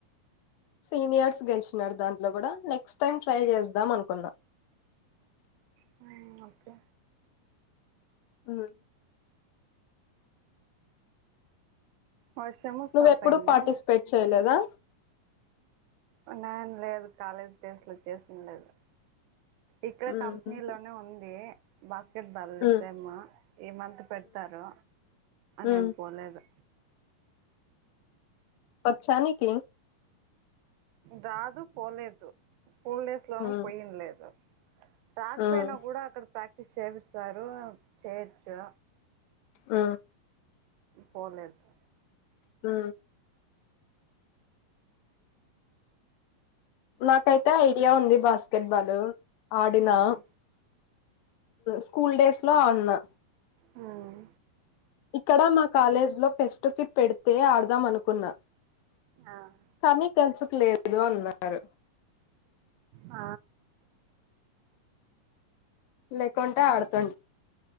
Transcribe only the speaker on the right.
హు ఓకే
వర్షము
స్టాప్
అయిందా
ఉన్నాయను లేదు కాలేజ్ డేస్ లో చేసిన లేదు ఇక్కడ
కంపెనీలోనే ఉంది బ బదిలి
సేమ్ ఈ మంత్ పెడతారు
నేను పోలేదు
రాదు పోలేదు స్కూల్ డేస్ లో
పోయింలేదు రాక
పొయిన కూడా అక్కడ ప్రాక్టీస్ చేపిస్తారు చేయొచ్చు
పోలేదు
మ్మ్
మ్మ్
ఆ
ఆ